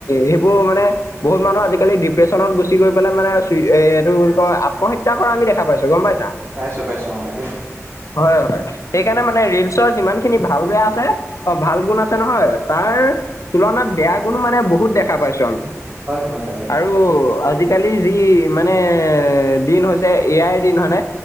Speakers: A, on the left; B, on the right.
A: সেইবোৰ মানে বহুত মানুহ আজিকালি ডিপ্ৰেচনত গুচি গৈ পেলাই মানে চি এ এইটো বুলি কয় আ মহত্যা কৰা আমি দেখা পাইছো গম পাইছা?
B: পাইছো পাইছো অ তাকে।
A: হয় হয়। সেইকাৰণে মানে ৰিলচৰ যিমানখিনি ভাল- বেয়া আছে, অ ভাল গুণ আছে নহয় তাৰ তুলনাত বেয়া গুনো বহুত দে খা পাইছো আমি
B: হয় হয় তাকেহে
A: আৰু আজিকালি যি মানে দিন হৈছে এ আইৰ দিন হয় নে?